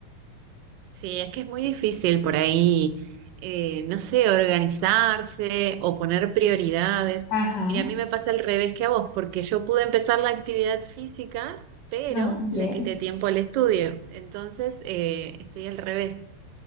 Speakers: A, on the right; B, on the left.
A: Sí, es que es muy difícil por ahí, eh, no sé, organizarse o poner prioridades.
B: Ajá,
A: Mira, a mí me pasa al revés que a vos, porque yo pude empezar la actividad física, pero
B: ah, bien.
A: le quité tiempo al estudio. Entonces, eh, estoy al revés.